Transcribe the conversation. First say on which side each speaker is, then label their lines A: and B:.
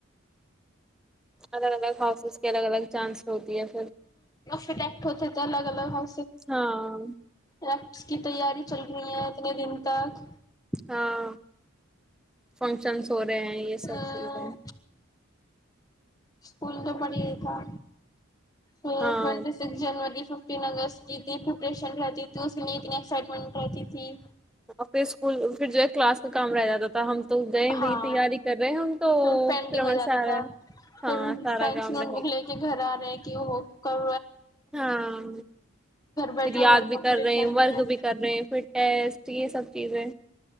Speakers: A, in the centre; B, on the left.
A: الگ الگ ہاؤسز کے الگ الگ چانس ہوتی ہے پھر
B: یکٹ ہو الگ الگاؤ
A: ہاں
B: رٹس کی تیاری چل رہی ہیں اتنے دن تک
A: ہاں فنکشن سو رہے ہیں یہ سب
B: ہاں
A: چز ہیں
B: اسکول تو پڑھیے تھا ٹوینٹی
A: ہاں
B: سکس جنوری ففٹین اگست کی اتنی پرپریشن رہتی تھی اس لیے اتنی ایکسائٹمنٹ رہتی تھی
A: آ اسکول پھر ج کلاس میں کام رہ جاتا تھا ہم تو گئے بھائی
B: ہاں
A: تیاری کر رہے ہیں ہم تو
B: پھر پینڈنگ
A: ہمارا
B: ہو جاتا
A: سارا
B: تھا پھر
A: ہاں سارا
B: فرینڈس
A: کام
B: نوٹ
A: رہے
B: بک
A: گا
B: لے کے گھر آ رہے ہیں کہ وہ کر
A: ہاں
B: بیٹھے
A: پھر یاد
B: ورک
A: بھی
B: کمپلیٹ
A: کر رہے
B: کرنا
A: ورک
B: ہے
A: بھی کر رہے ہیں فھرس یہ سب چیزیں